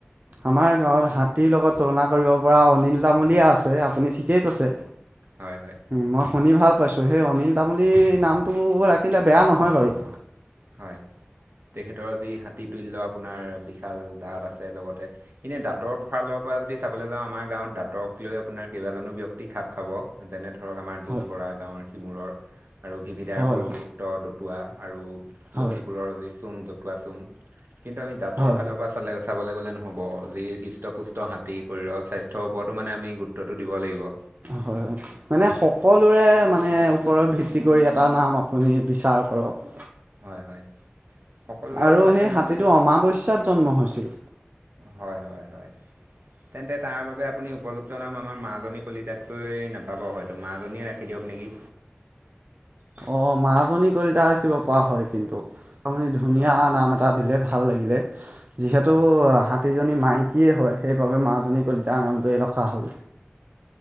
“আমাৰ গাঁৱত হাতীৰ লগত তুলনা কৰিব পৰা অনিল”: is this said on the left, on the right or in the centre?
Right